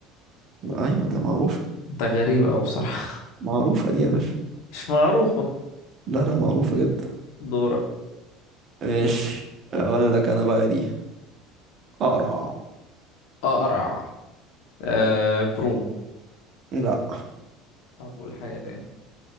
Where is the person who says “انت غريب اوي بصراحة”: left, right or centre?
Left